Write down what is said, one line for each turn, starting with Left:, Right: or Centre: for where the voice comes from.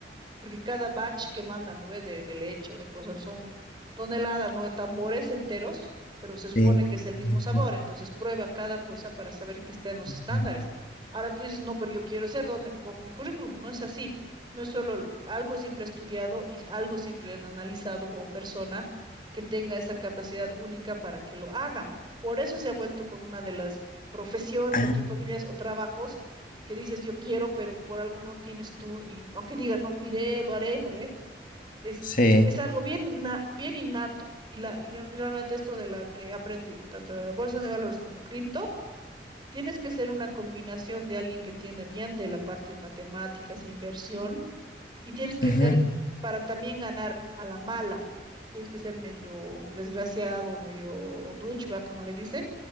Right: porque cada batch que mandan, ¿no ve? De, de leche o de cosas, son toneladas, ¿no? Tambores enteros, pero se supone
Left: Sí.
Right: que es el mismo
Left: Ujú,
Right: sabor, entonces prueba cada cosa para saber que está en los
Left: ujú.
Right: estándares. Ahora tú dices, no, pero yo quiero ser donde pongo mi currículum, no es así. No es solo algo siempre estudiado y algo siempre analizado como persona que tenga esa capacidad única para que lo haga. Por eso se ha vuelto con una de las profesiones,
Left: Ah,
Right: entre comillas, o trabajos que dices yo quiero, pero por algo no tienes tú, y aunque digas no, iré, lo haré, no ve, es,
Left: sí.
Right: es algo bien, na- bien innato, y, la, y re- realmente esto de la que he aprendido, tanto de la bolsa de valores como cripto, tienes que ser una combinación de alguien que entienda bien de la parte de matemáticas e inversión, y tienes que
Left: Ujú,
Right: ser, para también ganar a la mala, tienes que ser medio desgraciado, medio douchebag, como le dicen,